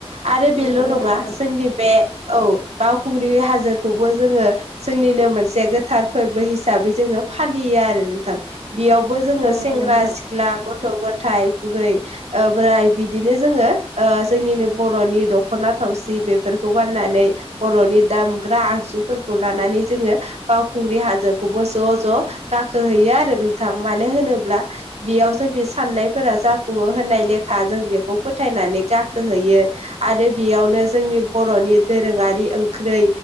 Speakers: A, on the right (about 90°); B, on the left (about 65°).
A: आरो बेल'
B: नंगौ
A: नङा
B: नोंथां
A: जोंनि बे औ बावखुंग्रि हाजो खौबो जोङो जोंनिनो मोनसे गोथार फोरबो हिसाबै जोङो फालियो आरो नोंथां बियाव बो जोङो
B: औ
A: सेंग्रा
B: नोंथां
A: सिख्ला गथ' ग थाय बुरै ओ बोराय बिदिनो जोङो ओ जोंनिनो बर'नि दखना थावसि बेफोरखौ गाननानै बर'नि दामग्रा आग जुफोरखौ लानानै जोङो बावखुंग्रि हाजोखौबो ज' ज' गाखोहैयो आरो नोंथां मानो होनोब्ला बेयाव जोंनि साननायफोरा जाफुङो होननाय लेखा जों बेखौ फोथायनानै गाखोहैयो आरो बेयावनो जोंनि बर'नि दोरोङारि ओं ख्रै